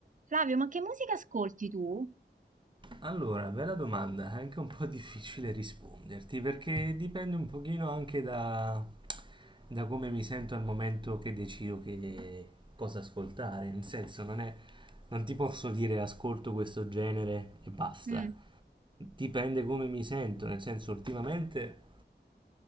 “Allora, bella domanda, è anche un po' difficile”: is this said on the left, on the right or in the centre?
Right